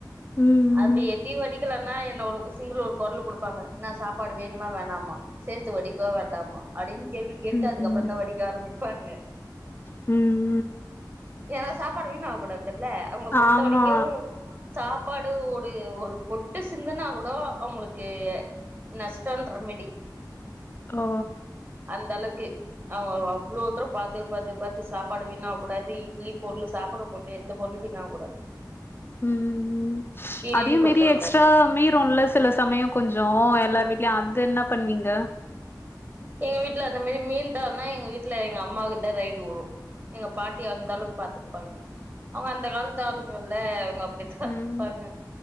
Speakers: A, on the left; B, on the right.
A: ம்
B: அப்டி எதியு வடிக்கல னா என்ன ஒர்க்கு சிங்கிள் ஒரு கொரலு குடுப்பாங்க என்னா சாப்பாடு வேணுமா வேணாமா சேத்து வடிக்கவா வேண்டாமா அப்டின்னு கேள்வி கேட்டு
A: ம்
B: அதுக்கப்புறந்தா வடிக்க ஆரம்பிப்பாங்க
A: ம்
B: ஏனா சாப்பாடு வீண் ஆவ கூடாதுல்ல அவுங்க பொறுத்த
A: ஆமா
B: வரைக்கு சாப்பாடு ஒரு ஒரு பொட் டு சிந்தனா கூடு அவுங்களுக்கு நஷ்டோன்ற மாறி
A: ஓ
B: அந்த அளக்கு அவுங்க அவ்ளோ ஒருத்தரு பாத்து பாத்து பாத்து சாப்பாடு வீணாவக் கூடாது இட்லி பொருள் சாப்பிட்ற பொருளு எந்த பொருளு வீணாவக் கூடாது
A: ம் ம்
B: கீழயு
A: அதையும்
B: கொட்டக்கூடாது
A: மீறி எக்ஸ்ட்ரா மீறுல சில சமயம் கொஞ்சோ எல்லார் வீட்லயு அது என்னா பண்ணுவீங்க
B: எங்க வீட்ல அந்த மாரி மீந்தாற்னா எங்க வீட்ல எங்க அம்மாவுக்கு தா ரைடு உழு எங்க பாட்டி அந்த அளவு பாத்துப்பாங்க அவுங்க அந்த காலத்து ஆளுங்க இல்ல அவுங் அப்டிதா
A: ம்
B: ப்பாங்க